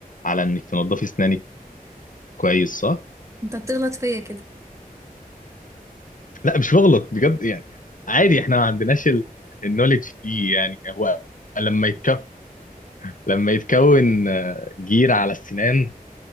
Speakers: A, on the left; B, on the right.
A: على انك تنضفي اسنانك كويس صح
B: انت بتغلط فيا كده
A: لا مش بغلط بجد يعني عادي احنا ما عندناش ال- النوليدج دي يعني هو لما يتكون لما يتكون آه، جير على السنان